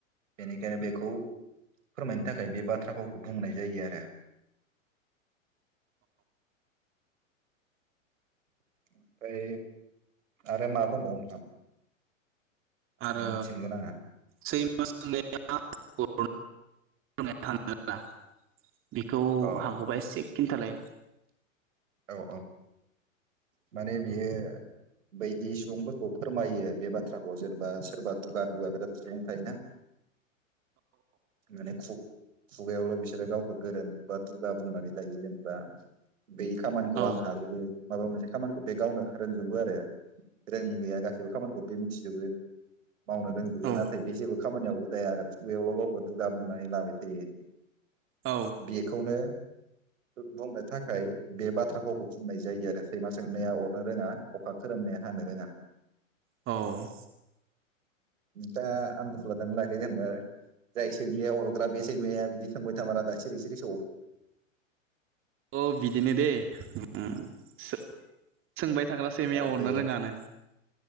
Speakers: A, on the right (about 70°); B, on the right (about 30°).
A: बेनिखायनो बेखौ फोरमायनो थाखाय बे बाथ्रा फावखौ बुंनाय जायो आरो ओमफाय आरो मा दंबावो नोंथां
B: आरो
A: नों मिथिनो गोनाङा
B: सेैमा सोंनाया <unintelligible> बेखौ
A: अ
B: हागौबा एसे खिन्थालाय।
A: अ माने बियो बैदि सुबुंफोरखौ फोरमायो बे बाथ्राखौ जेनेबा सोरबा दुगा दुगा बिराद सुबुं थायोना। माने खु खुगायावल' बिसोरो गावखौ गोरों बा दुगा बुंनानै लायो जेनेबा बे खामानिखौ
B: औ
A: आं हाजोबो माबा मोनसे खामानिखौ बे गावनो रोंजोबो आरो रोङि गैया गासैबो खामानिखौ बे मिथिजोबो मावनो रोंजोबो
B: औ
A: नाथाय बे जेबो खामानियाव उदाया खुगायावल' गावखौ दुगा बुंनानै लाबाय थायो।
B: औ
A: बेखौनो बुंनो थाखाय बे बाथ्रा फावखौ बुंनाय जायो आरो सैमा सोंनाया अरनो रोङा अखा खोरोमनाया हानो रोङा।
B: औ
A: दा आनदास लादोंना लायाखै जेनेबा जाय सैमाया अरग्रा बे सैमाया बिदि सोंबाय थामारा दा सिरि सिरि
B: अ बिदिनो दे ओं सों-सोंबाय थाग्रा सैमाया
A: आरो
B: अरनो
A: बै
B: रोङा नो।